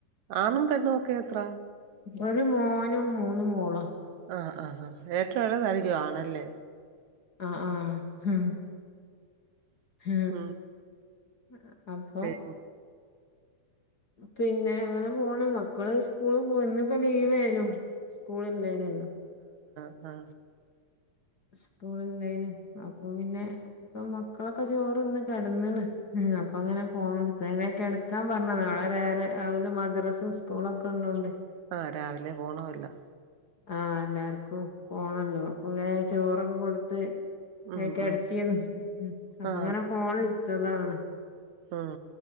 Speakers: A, on the right; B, on the left.
A: ആണും പെണ്ണും ഒക്കെ എത്ര?
B: ഒരു മോനും മൂന്ന് മോളാ.
A: ആഹ് ആഹ് ആഹ് ഏറ്റവും എളയതായിരിക്കും ആണല്ലേ?
B: ആഹ് ആഹ് ഹും മ്
A: ഉം
B: അ അ അപ്പൊ
A: പി-
B: പിന്നെ ഇങ്ങനെ പോണ് മ ക്കള് സ്കൂള് പോയി ഇന്ന് ഇപ്പോ ലീവേനും സ്കൂള ഇല്ലേയ്നും അല്ല
A: ആഹ്
B: സ്കൂളുന്നെന് അപ്പൊ പിന്നെ പ്പ മക്കളൊക്കെ ചോറൊന്ന് കിടന്നള് ഉം അപ്പൊ അങ്ങനെ ഫോണെടുത്തേനേ കെടക്കാം പറഞ്ഞതാ നാളെ നേരെ രാവിലെ മദ്രസും സ്കൂളൊക്കെ ഉള്ളോണ്ടെ
A: ആഹ് രാവിലെ പോണല്ലോ
B: ആഹ് എല്ലാർക്കും പോണല്ലോ അപ്പൊ <unintelligible> ചോറൊക്കെ കൊടുത്ത്
A: ഉം
B: ഏ ക്കെടുത്തീന്ന്
A: ഉം
B: ഉം ഉം അപ്പൊ
A: ആ
B: അങ്ങനെ ഫോണെടുത്തതാണ്
A: ഉം